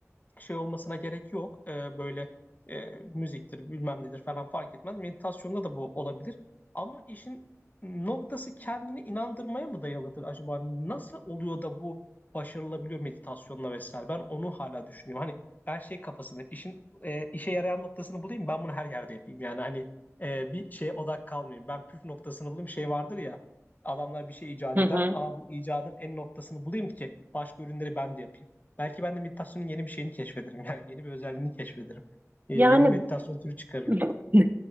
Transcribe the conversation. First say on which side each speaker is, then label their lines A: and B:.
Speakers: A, on the left; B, on the right.
A: şey olmasına gerek yok. Ee, böyle e, müziktir, bilmem nedir falan fark etmez. Meditasyonda da bu olabilir. Ama işin noktası kendini inandırmaya mı dayalıdır acaba? Nasıl oluyor da bu başarılabiliyor meditasyonla vesaire? Ben onu hala düşünüyorum. Hani ben şey kafasındayım. işin e, işe yarayan noktasını bulayım. Ben bunu her yerde yapayım. Yani hani e, bir şeye odak kalmayayım. Ben püf noktasını bulayım. Şey vardır ya. Adamlar bir şey icat
B: Hı
A: eder.
B: hı.
A: Aa bu icadın en noktasını bulayım ki başka ürünleri ben de yapayım. Belki ben de meditasyonun yeni bir şeyini keşfederim. Yani yeni bir özelliğini keşfederim. Ee,
B: Yani
A: yeni bir meditasyon türü çıkarırım.
B: <laughs>